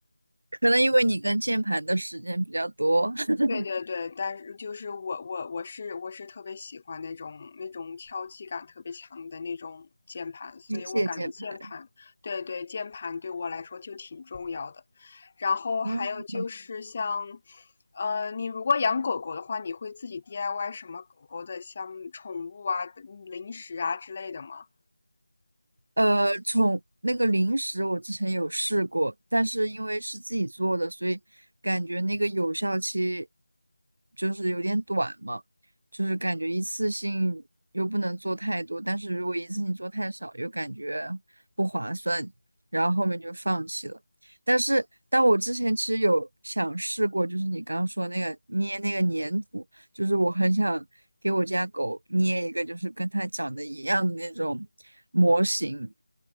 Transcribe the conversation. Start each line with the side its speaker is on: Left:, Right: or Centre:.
Right: 可能因为你跟键盘的时间比较多，<laughs>
Left: 对对对，但是就是我我我是我是特别喜欢那种那种敲击感特别强的那种键盘，所以我感觉键盘，
Right: 机械键盘。
Left: 对对，键盘对我来说就挺重要的。然后还有就是像，
Right: 嗯。
Left: 呃，你如果养狗狗的话，你会自己 DIY 什么狗狗的像宠物啊、嗯零食啊之类的吗？
Right: 呃，从那个零食我之前有试过，但是因为是自己做的，所以感觉那个有效期就是有点短嘛，就是感觉一次性又不能做太多，但是如果一次性做太少，又感觉不划算，然后后面就放弃了。但是，但我之前其实有想试过，就是你刚刚说那个捏那个粘土。就是我很想给我家狗捏一个，就是跟它长得一样的那种模型